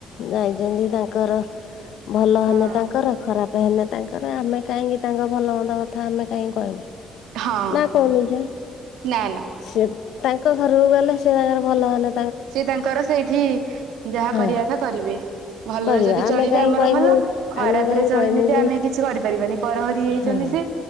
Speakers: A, on the left; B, on the right.
A: ଯାଇଛନ୍ତି ତାଙ୍କର ଭଲ ହେଲେ
B: ହଁ
A: ତାଙ୍କର ଖରାପ୍ ପ ହେଲେ ତାଙ୍କର ଆମେ କାହିଁକି ତାଙ୍କ ଭଲ ମନ୍ଦ କଥା ଆମେ କାହିଁକି କହିବୁ।
B: ହଁ
A: ନା କହୁନୁ ଝିଅ?
B: ନା ନା
A: ସେ ତାଙ୍କ ଘରକୁ ଗଲେ ସେ ତାଙ୍କର ଭଲ ହେଲା
B: ସିଏ ତାଙ୍କର ସେଇଠି ଯାହା
A: ହଁ
B: କରିବା କଥା କରିବେ। ଭଲରେ
A: କରିବା
B: ଯଦି
A: ଆମେ
B: ଚଳିବେ
A: କାହିଁ
B: ଆମର
A: କହିମୁ
B: ଭଲ ଖରାପ
A: ଆମେ କାହିଁ
B: ରେ ଚଳିନେ
A: କହିମୁ
B: ବି
A: କି
B: ଆମେ କିଛି କରିପାରିବାନି। ପରହରି ହେଇଛନ୍ତି
A: ହଁ
B: ଯେ